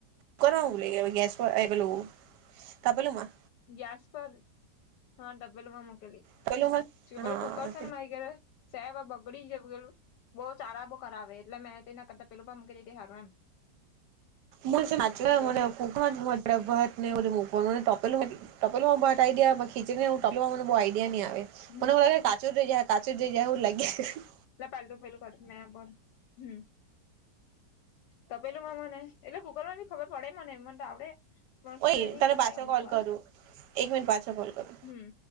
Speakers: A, on the right (about 75°); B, on the left (about 75°).
A: કુકરમાં ગેસ પર પેલુંમાં.
B: ગેસ પર હા તપેલીમાં મુકેલી.
A: તપેલુંમાં
B: કછે ભલે
A: હા
B: કુકર છે ને માય ઘેરે સેવા બગડી જેવું ગેલું બહુ સારા બહુ કરાવે એટલે મેં તે કરતા પેલું પણ મૂકી દીઘી હારું એમ
A: મુચ નાચને
B: એટલે
A: મને ખૂક જભત ને બધું મૂકવાનું ને તપેલું ટપલોમાં ભાત આઈયા ખીચણીને ટપલા મને બોવ આઈડયા નહી આવે.
B: હમ
A: મને એવુ લાગે કચો રય જાહે કાચુંજ રહી જાહે એવું લાગીયા
B: લ પાહેલ તો પેલું કરત ન પર હમ્મ તો પેલું મને એટલે કુકર માં ભી ખબર પડે મને એ મને તો આવડે પણ સેને
A: ઓય
B: નહી
A: તને
B: થાય
A: પાછો
B: અમુક
A: કોલ
B: વાર
A: કરું એક મિનિટ પાછો કોલ કરું
B: હમ્મ